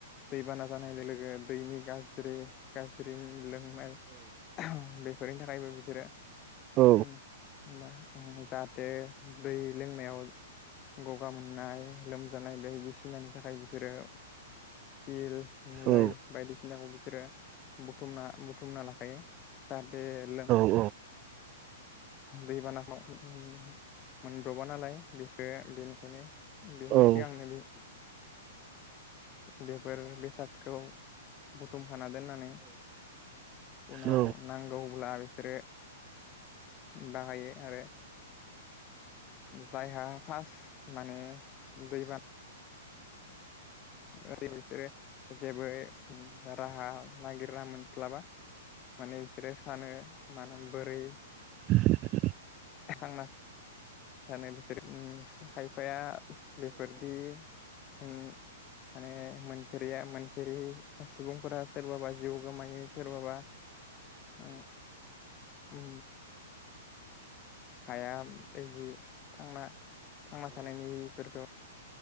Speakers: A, on the left; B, on the right.
A: दैबाना जानाय लोगो दैनि गाज्रि गाज्रि लों बेफोरनि थाखायबो बिसोरो
B: औ
A: <unintelligible> जाहाथे दै लोंनायाव गगा मोननाय लोमजानाय बायदिसिनानि थाखाय बिसोरो बिल मुलै
B: औ
A: बायदिसिनाखौ बिसोरो बुथुमना बुुम बुथुमना लाखायो जाहाथे लोम
B: औ
A: दैबानाफ्राव मोनब्रबा नालाय बेसोरो बेनिखायनो बेनि सिगांनो
B: औ
A: बे बेफोर बेसादखौ बुथुम होखाना दोननानै उनाव
B: औ
A: नांगौब्ला। बिसोरो बाहायो आरो। जायहा फार्स्ट माने दैबाना ओरै बिसोरो जेबो राहा नागिर रा मोनस्लाबा माने बिसोरो सानो मानो बोरै
B: <inaudible>
A: आंना थानाय बेफोर खायफाया बेफोरदि माने मोनफेर मोनफेरै सुबुंफोरा सोरबाबा जिउ गोमायो सोरबाबा उ उ हाया बादि थांना थांना थानायनिफोरखौ।